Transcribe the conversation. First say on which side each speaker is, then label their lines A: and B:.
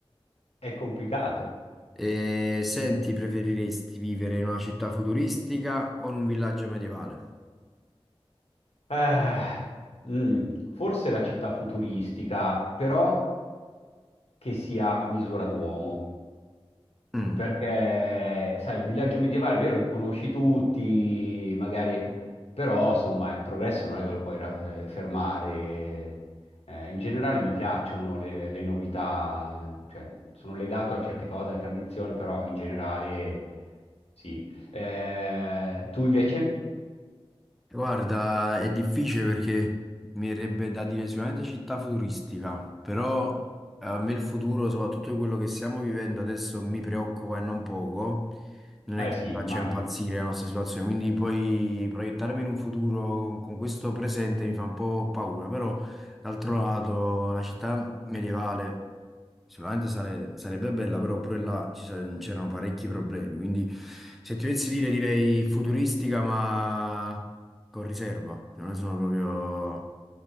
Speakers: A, on the left; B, in the centre.
A: È complicato.
B: Eh, senti, preferiresti vivere in una città futuristica o in un villaggio medievale?
A: Eh, mm, forse la città futuristica, però che sia a misura d'uomo.
B: Mm.
A: Perché, sai, il villaggio medievale è vero che conosci tutti, magari, è que- però insomma il progresso non è che lo puoi ra- eh, fermare. Eh, in generale mi piacciono le, le novità, cioè sono legato a certe cose, alla tradizione, però in generale sì. Eh, tu invece?
B: Guarda, è difficile perché mi verrebbe da dire sicuramente città futuristica, però eh, a me il futuro, soprattutto quello che stiamo vivendo adesso, mi preoccupa e non poco. Non
A: Eh
B: è che
A: sì,
B: mi faccia
A: immagino.
B: impazzire la nostra situazione, quindi poi proiettarmi in un futuro con questo presente mi fa un po' paura, però d'altro lato la città medievale sicuramente sare- sarebbe bella, però pure là ci sa- c'erano parecchi problemi, quindi se ti dovessi dire direi futuristica, ma con riserva, cioè non ne sono proprio,